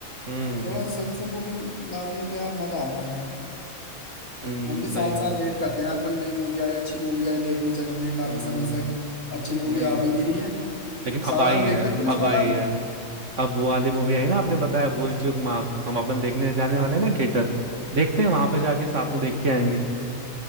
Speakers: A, on the right (about 55°); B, on the left (about 65°).
A: हम्म
B: थोड़ा सही से मूवी लाते हैं तो यार मजा आता है
A: हम्म,
B: हम भी साल
A: सही बात
B: साल वेट
A: है
B: करते हैं यार कोई नई मूवी आए अच्छी मूवी आए देखने चलेंगे काफी
A: हम्म
B: समय से अच्छी मूवी
A: नहीं
B: आ भी नहीं रही है
A: लेकिन
B: सालार
A: अब आई है
B: देखे तूने
A: अब
B: सालार
A: आई है अब वो वाली मूवी आई ना आपने बताया भूल चूक माफ हम अपन देखने जाने
B: हाँ
A: वाले हैं ना थिएटर देखते हैं वहां पे जाके साथ में देख के आएंगे